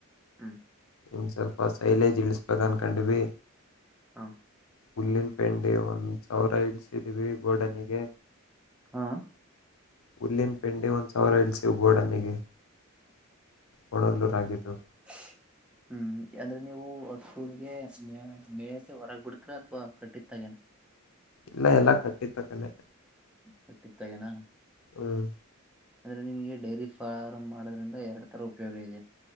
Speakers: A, in the centre; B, on the left.
A: ಹ್ಮ್
B: ಇನ್ ಸ್ವಲ್ಪ ಸೈಲೇಜ್ ಇಳಸ್ಬೇಕ ಅನ್ಕೊಂಡ್ವಿ.
A: ಹ್ಮ
B: ಹುಲ್ಲಿನ್ ಪೆಂಡೆ ಒಂದ್ ಸಾವ್ರ ಇಡ್ ದಿವಿ ಗೊಡನ್ಗೆ.
A: ಹಾ
B: ಹುಲ್ಲಿನ್ ಪೆಂಡೆ ಒಂದು ಸಾವ್ರ ಇಳ್ಸಿವ್ ಗೋಡನಿಗೆ ಕೊಣಲ್ಲೂರ ಆಗಿದ್ದು,
A: ಹ್ಮ <unintelligible> ಹ್ಮ್ ಅಂದ್ರೆ ನೀವು ಹಸುಗೆ ಮೇಯ್ಸಿ ಹೊರಗ್ ಬಿಡ್ತಿರಾ ಅಥವಾ ಕಟ್ಟಿತಗೇನ.
B: ಇಲ್ಲ ಇಲ್ಲಾ ಕಟ್ಟಿತಕ್ಕಾನೆ,
A: ಕಟ್ಟಿತಗೇನಾ.
B: ಹ್ಮ್
A: ಅಂದ್ರೆ ನಿಮಗೆ ಡೈರಿ ಫಾರ್ಮ್ ಮಾಡೋದ್ರಿಂದ ಎರಡ್ ತರ ಉಪಯೋಗ ಇದೆ.